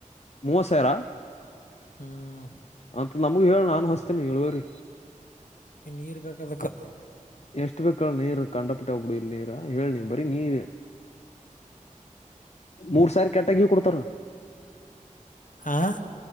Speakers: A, on the left; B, on the left.
A: ಮೂವತ್ತು ಸಾವಿರ
B: ಹಾಂ
A: ಮ ನಮಗ ಹೇಳ ನಾನು ಹೊಸ್ತೇನೆ ಇಳ್ುವರಿ
B: ನೀರು ಬೇಕದಕ್ಕೆ
A: ಎಷ್ಟ ಬೇಕಲ್ಲ ನೀರ್ ಕಂಡ ಿಟ್ಟಬುಡು ಇಲ್ ನೀರ ಹೇಳ ನೀವ ಬರಿೀ ನೀರ್ ಮೂರ್ ಸಾವಿರ ಕೆಟ್ಟಾಗಿ ಕೊಡ್ತಾರ
B: ಹಾಂ